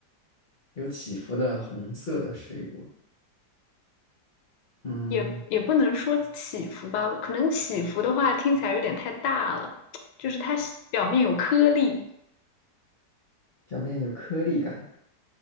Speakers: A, on the left; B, on the left.
A: 有起伏的红色的水果。嗯，
B: 也也不能说起伏吧，可能起伏的话听起来有点太大了，就是它表面有颗粒。
A: 表面有颗粒感，